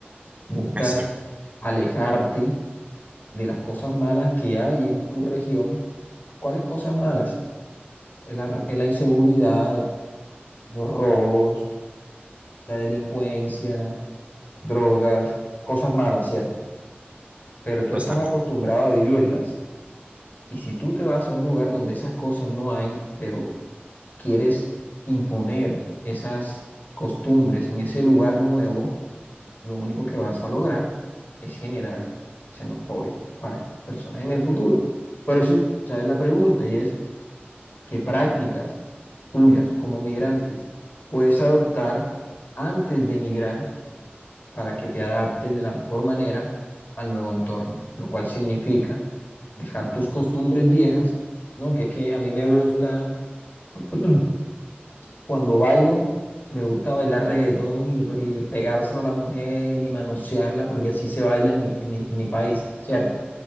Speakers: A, on the left; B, on the right.
A: buscas
B: Exacto,
A: alejarte de las cosas malas que hay en tu región. ¿Cuáles cosas malas? la la inseguridad, los robos, la delincuencia drogas, cosas malas, ¿cierto? Pero tú
B: cosas
A: estás acostumbrado
B: más.
A: a vivirlas. Y si tú te vas a un lugar donde esas cosas no hay, pero quieres imponer esas costumbres en ese lugar nuevo, lo único que vas a lograr es generar xenofobia para personas en el futuro. Por eso sale la pregunta y es, ¿qué prácticas tuyas como migrantes puedes adoptar antes de emigrar? para que te adaptes de la mejor manera al nuevo entorno, lo cual significa dejar tus costumbres viejas, ¿no? Que es que a mí me gusta, <clears throat> cuando bailo, me gusta bailar reggaetón y, r- y pegárselo a la mujer y manosearla, porque así se baila en mi, en mi, en mi país, ¿cierto?